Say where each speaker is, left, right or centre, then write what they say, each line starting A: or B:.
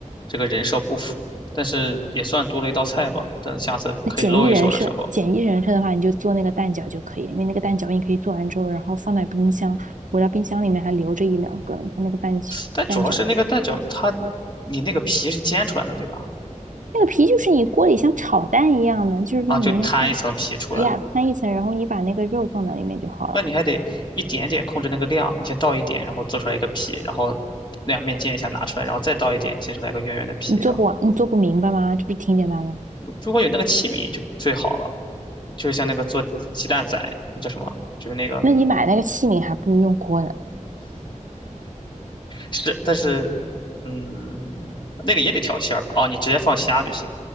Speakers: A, on the left; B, on the right.
A: 这个人设不符，但是也算多了一道菜吧。等下次可以露一手的时候，
B: 那简易人设，简易人设的话，你就做那个蛋饺就可以，因为那个蛋饺你可以做完之后，然后放在冰箱，我到冰箱里面还留着一两个呢。它那个蛋
A: 但主要是那个蛋饺，
B: 蛋饺，
A: 它你那个皮是煎出来的，对吧？
B: 那个皮就是你锅里像炒蛋一样的，就是说你先放
A: 啊，就摊一层皮出来，
B: 呀摊一层，然后你把那个肉放在里面就好了。
A: 那你还得一点点控制那个量，你先倒一点，然后做出来一个皮，然后两面煎一下拿出来，然后再倒一点，煎出来一个圆圆的皮。
B: 你做不完，
A: 然后
B: 你做不明白吗？就是挺简单的。
A: 如果有那个器皿就最好了，就是像那个做鸡蛋仔，那叫什么？就是那个
B: 那你买那个器皿还不如用锅呢。
A: 是，但是嗯，那个也得调馅儿吧？哦，你直接放虾就行。